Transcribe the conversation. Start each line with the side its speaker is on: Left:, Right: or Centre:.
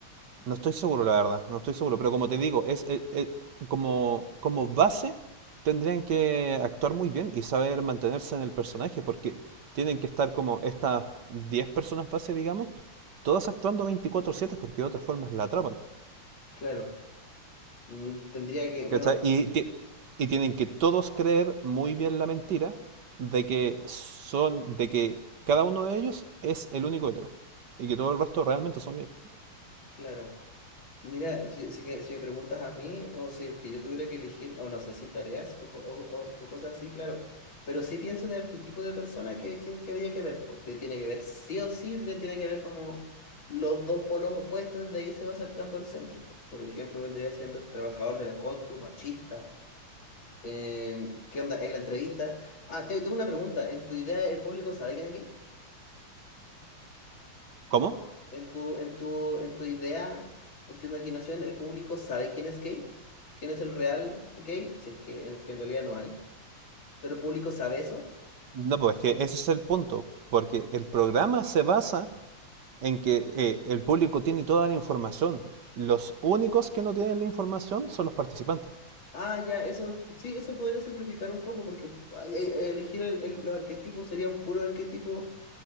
Right: no estoy seguro, la verdad, no estoy seguro, pero como te digo, es, es- es- como, como base tendrían que actuar muy bien y saber mantenerse en el personaje, porque tienen que estar como estas 10 personas base, digamos, todas actuando veinticuatro siete porque de otra forma la atrapan.
Left: Claro, mm, tendría que, bueno,
Right: ¿Cachai? Y, ti- y tienen que todos creer muy bien la mentira de que son, de que cada uno de ellos es el único hetero y que todo el resto realmente son gays.
Left: claro. Mira, si, si que- si me preguntas a mí o si el que yo tuviera que elegir, o no sé si tareas o, co- o- o- o cosas así, claro. Pero sí pienso en el arquetipo de persona que, que, que habría que ver. Pues, te tiene que ver sí o sí, te tiene que ver como los dos polos opuestos, de ahí se va acercando al centro. pues. Por ejemplo, vendría siendo este trabajador de la constru, machista Eh, ¿qué onda? En la entrevista. Ah, te- tengo una pregunta. ¿En tu idea el público sabe quién es gay?
Right: ¿Cómo?
Left: ¿En tu, en tu, en tu idea, en tu imaginación, el público sabe quién es gay? ¿Quién es el real gay? Si es que en, que en realidad no hay. ¿Pero el público sabe eso?
Right: No, pues es que ese es el punto, porque el programa se basa en que eh, el público tiene toda la información. Los únicos que no tienen la información son los participantes.
Left: Ah, ya, eso, sí, eso podría simplificar un poco porque ay, ay, elegir el- el- los arquetipos sería un puro arquetipo